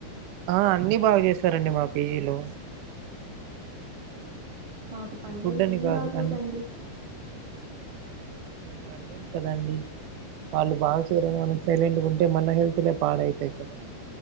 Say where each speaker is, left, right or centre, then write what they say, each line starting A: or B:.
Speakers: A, on the right; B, on the right.
A: ఆ అన్ని బాగా చేస్తారండి మా పీజీలో
B: మాకు పన్నీరు
A: ఈ ఫుడ్ అని
B: ఏం
A: కాదు
B: బాగోదండి
A: అ మీరు అడగాలి కదండి వాళ్ళు బాగా చేయరని మనం సైలెంట్ గా ఉంటే మన హెల్త్ లే పాడవుతాయి కదా